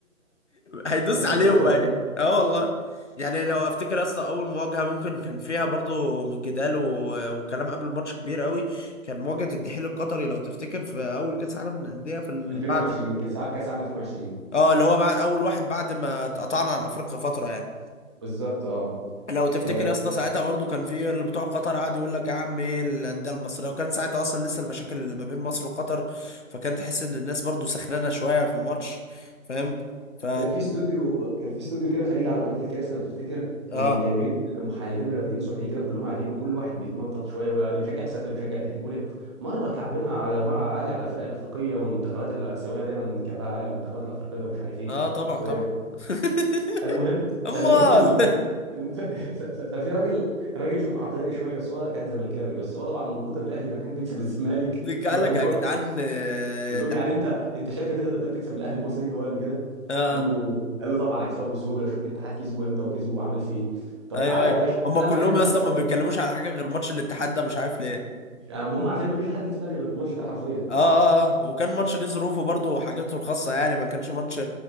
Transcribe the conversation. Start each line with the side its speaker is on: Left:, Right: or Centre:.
Left: هيدوس
Right: <laughs> بنبسط
Left: عليهم
Right: والله
Left: بقى اه والله يعني لو افتكر اصلا اول مواجهه ممكن كان فيها برضو من جدال و... وكلام قبل الماتش كبير قوي كان مواجهه الدحيل القطري لو تفتكر في اول كاس عالم للانديه في ال-
Right: 2020
Left: بعد
Right: كاس كاس عام 2020
Left: اه اللي هو بعد اول واحد بعد ما اتقطعنا عن افريقيا فتره يعني
Right: بالظبط اه
Left: لو تفتكر
Right: آه،
Left: يا اسطى ساعتها برضو كان في اللي بتوع قطر قعد يقول لك يا عم ايه الانديه المصريه وكان ساعتها اصلا لسه المشاكل اللي ما بين مصر وقطر فكان تحس ان الناس برضو سخنانه شويه في الماتش فاهم ف
Right: كان في استوديو كان في استوديو كده خليجي على قناة الكاس لو تفتكر
Left: اه
Right: كانوا جايبين محللين رياضيين سعوديين كده كلهم قاعدين وكل واحد بيتنطط شويه واللي بيشجع السد واللي بيشجع الحجولي مره كعبنا على مره عالي على الفرق الافريقيه والمنتخبات الاسيويه دايما من كعبها عالي على المنتخبات الافريقيه ومش عارف ايه
Left: اه طبعا
Right: و-
Left: طبعا <laughs>
Right: فالمهم
Left: امال
Right: فالمهم ان في فالم- ف- ف- ف- ففي راجل راجل فيهم عقلاني شويه بس هو كان زملكاوي بس هو طبعا من كتر الاهلي ما كان بيكسب الزمالك
Left: <laughs> قال
Right: فهو
Left: لك يا جدعان آه،
Right: بقول لهم
Left: ده-
Right: يعني انت انت شايف ان انت تقدر تكسب الاهلي المصري هو قال له كده
Left: اه آه،
Right: قال له قال له طبعا هكسبه بسهوله شوف الاتحاد كسبه امتى وكسبه وعمل فيه ايه طب
Left: ايوه
Right: تعالى
Left: ايوه
Right: يا باشا
Left: هم
Right: انا
Left: كلهم
Right: بحب
Left: يا
Right: انا
Left: اسطى
Right: الثقه
Left: ما بيتكلموش
Right: دي
Left: على حاجه غير ماتش الاتحاد ده مش عارف ليه
Right: مش- المهم عشان ما فيش حد كسب الاهلي غير الماتش ده حرفيا
Left: اه اه آه. وكان ماتش ليه ظروفه برضه وحاجته الخاصه يعني ما كانش ماتش